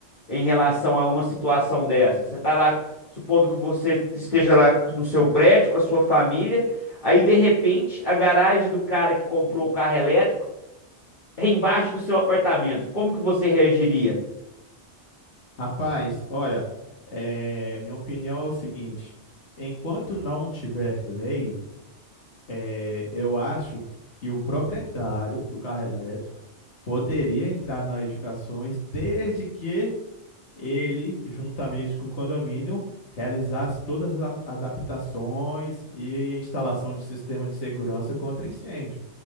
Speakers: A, on the left; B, on the left.
A: em relação a uma situação dessa? Você está lá, supondo que você esteja lá no seu prédio com a sua família, aí de repente a garagem do cara que comprou o carro elétrico é embaixo do seu apartamento. Como que você reagiria?
B: Rapaz, olha, eh, minha opinião é o seguinte: enquanto não tiver lei, eh, eu acho que o proprietário do carro elétrico poderia entrar nas edificações desde que ele, juntamente com o condomínio, realizasse todas as ab- adaptações e a instalação de sistema de segurança contra incêndio.